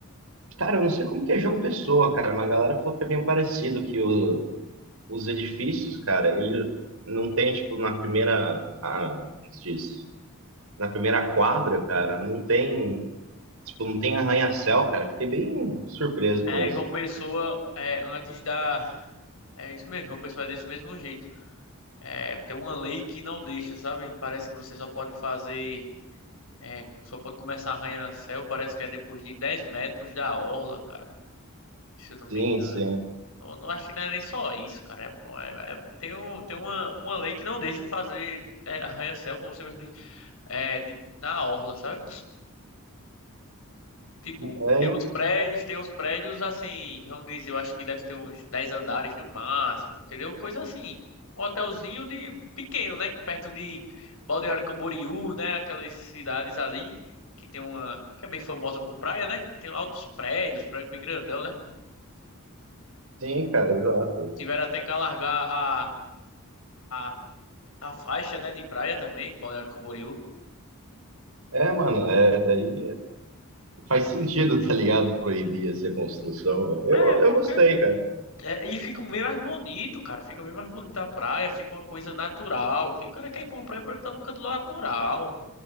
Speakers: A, on the right (about 70°); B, on the left (about 70°).
A: cara, eu não sei como que é João Pessoa, cara, mas a galera falou que é meio parecido, que o- os edifícios, cara, ele não tem, tipo, na primeira. ah, como se diz? Na primeira quadra, cara, não tem. Tipo, não tem arranha-céu, cara. Fiquei bem surpreso
B: É,
A: com isso.
B: João Pessoa, é, antes da. É isso mesmo, João Pessoa é desse mesmo jeito. É, tem uma lei que não deixa, sabe? Parece que você só pode fazer. É, só pode começar a arranha-céu, parece que é depois de 10 metros da orla, cara. se eu não
A: Sim,
B: me engano.
A: sim.
B: Não, não acho que não é nem só isso, cara. É, bom, é- é- tem, um- tem uma, uma lei que não deixa fazer é, arranha-céu, como você mesmo disse, é, de- na orla, sabe? Tipo,
A: É,
B: tem uns prédios, tem uns prédios assim, vamos dizer, eu acho que deve ter uns 10 andares no máximo, entendeu? Coisa assim. Um hotelzinho de pequeno, né? Perto de Balneário Camboriú, né? Aquelas cidades ali que tem uma. que é bem famosa por praia, né? Que tem altos prédios, prédio bem grandão, né?
A: sim, cara, exato.
B: Tiveram até que alargar a. a A faixa, né, de praia também, Balneário Camboriú.
A: É, é, mano, é daí. Faz sentido, tá ligado? Proibir essa construção, velho. Eu,
B: É, porque.
A: eu gostei, cara.
B: é, e fica bem mais bonito, cara. Fica bem mais bonita a praia, fica uma coisa natural. Que o cara quer ir pra uma praia pra estar no canto natural.